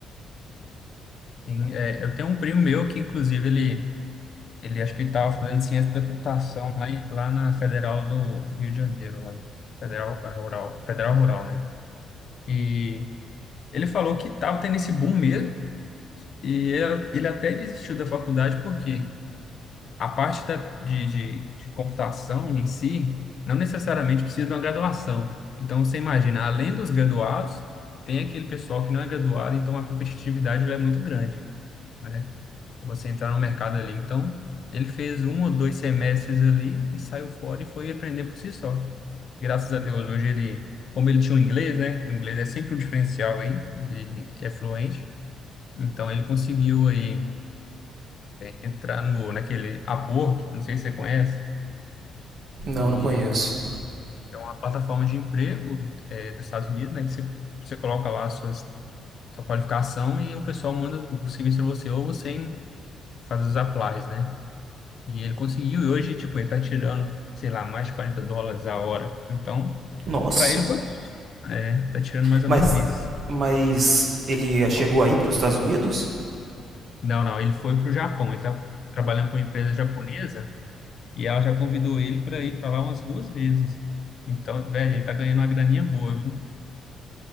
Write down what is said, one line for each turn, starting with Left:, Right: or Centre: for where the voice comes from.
Left: Tem, é, eu tenho um primo meu que, inclusive, ele, ele acho que ele estava fazendo ciência da computação lá, em- lá na Federal do Rio de Janeiro, lá. Federal eh, Rural, Federal Rural, né? E ele falou que estava tendo esse boom mesmo, E ele, ele até desistiu da faculdade porque a parte da, de, de, de computação em si não necessariamente precisa de uma graduação. Então, você imagina, além dos graduados, tem aquele pessoal que não é graduado, então a competitividade ela é muito grande, né? Pra Você entrar no mercado ali. Então, ele fez um ou dois semestres ali e saiu fora e foi aprender por si só. Graças a Deus, hoje ele, como ele tinha o inglês, né? O inglês é sempre um diferencial aí, ele é fluente. Então, ele conseguiu aí entrar no, naquele Upwork, não sei se você conhece,
Right: Não,
Left: e
Right: não conheço.
Left: é uma plataforma de emprego é, dos Estados Unidos, né, que você, você coloca lá a sua, sua qualificação e o pessoal manda o serviço para você ou você em- faz os applies, né? E ele conseguiu, e hoje, tipo, ele tá tirando, sei lá, mais de 40 dólares a hora. Então,
Right: Nossa.
Left: para ele foi, é, tá tirando mais
Right: Mas,
Left: ou menos isso.
Right: mas ele chegou aí para os Estados Unidos?
Left: Não, não, ele foi pro Japão, ele tá trabalhando para uma empresa japonesa E ela já convidou ele para ir para lá umas duas vezes. Então, velho, ele tá ganhando uma graninha boa, viu?